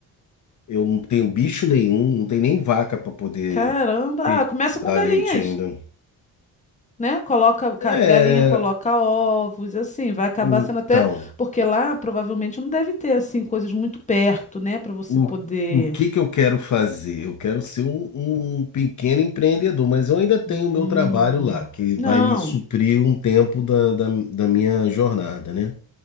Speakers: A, on the left (about 50°); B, on the left (about 20°).
A: eu não tenho bicho nenhum, não tenho nem vaca para poder
B: Caramba!
A: ter-
B: Ah, começa com
A: dar
B: galinhas.
A: leite ainda.
B: né? Coloca, ca-
A: É,
B: galinha coloca ovos, e assim, vai acabar
A: Então,
B: sendo até, porque lá provavelmente não deve ter assim coisas muito perto, né, para você
A: o,
B: poder.
A: o que que eu quero fazer? Eu quero ser um, um pequeno empreendedor, mas eu ainda tenho
B: Hum.
A: o meu trabalho lá, que
B: Não.
A: vai me suprir um tempo da, da, da minha jornada, né?